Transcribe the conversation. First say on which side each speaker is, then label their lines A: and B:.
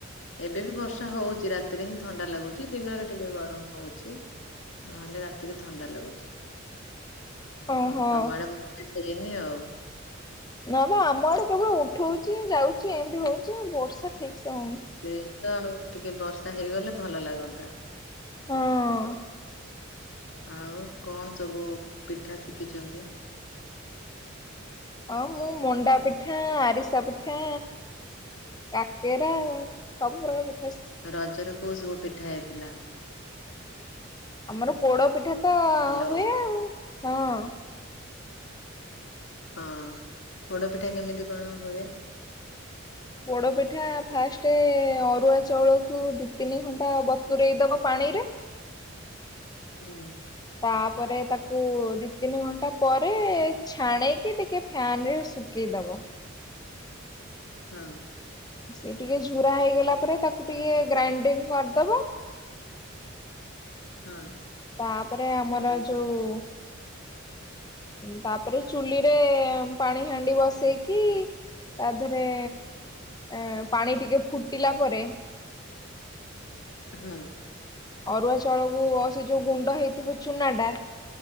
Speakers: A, on the left; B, on the left.
A: ଏବେ ବି ବର୍ଷା ହଉଛି ରାତିରେ ହିଁ ଥଣ୍ଡା ଲାଗୁଛି ଦିନରେ ଟିକେ ଗରମ ହଉଛି ନହେଲେ ରା ଟିକେ ଥଣ୍ଡା ଲାଗୁଛି।
B: ଓହୋ
A: ତ ତମ ଆଡେ <inaudible> ଏନି ଆଉ
B: ନା ବା ଆମ ଆଡେ କେବଳ ଉଠଉଚି ଯାଉଚି ଏମିତି ହଉଚି ଆଉ ବର୍ଷା ଠିକ ସେ ହଉନି।
A: ସେଇ ତ ଟିକେ ବର୍ଷା ହେଇଗଲେ ଭଲ ଲାଗନ୍ତା।
B: ହଁ।
A: ଆଉ କଣ ସବୁ ପିଠା ଶିଖିଚନ୍ତି?
B: ହଁ ମୁଁ ମଣ୍ଡା ପିଠା ଆରିସା ପିଠା କାକେରା ସବୁ ପ୍ରକାର ପି
A: ରଜରେ କୋଉ ସବୁ ପି ଠା ହେଇଥିଲା?
B: ଆମର ପୋଡ ପିଠା ତ
A: ହ୍ୟାଲୋ
B: ହୁଏ ଆଉ ହଁ।
A: ହଁ ପୋଡ ପିଠା କେମିତି କଣ ହୁଏ?
B: ପୋଡ ପିଠା ଫାଷ୍ଟେ ଅରୁଆ ଚାଉଳକୁ ଦି ତିନି ଘଣ୍ଟା ବତୁରେଇ ଦବ ପାଣିରେ
A: ହୁଁ।
B: ତାପରେ ତାକୁ ଦି ତିନି ଘଣ୍ଟା ପରେ ଛାଣିକି ଟିକେ ଫ୍ୟାନ ରେ ଶୁଖେଇଦବ।
A: ହଁ।
B: ସେ ଟିକେ ଝୁରା ହେଇଗଲା ପରେ ତାକୁ ଟିକେ ଗ୍ରାଇଣ୍ଡିଙ୍ଗ କରିଦବ
A: ହଁ।
B: ତାପରେ ଆମର
A: ତାପ
B: ଯୋଉ ତାପରେ ଚୁଲିରେ ପାଣି ହାଣ୍ଡି ବସେଇକି ତା ଦେହେରେ ଏଁ ପାଣି ଟିକେ ଫୁଟିଲା ପରେ
A: ହୁଁ।
B: ଅରୁଆ ଚାଉଳକୁ ଅ ସେ ଯୋଉ ଗୁଣ୍ଡ ହେଇଥିବ ଚୁନାଟା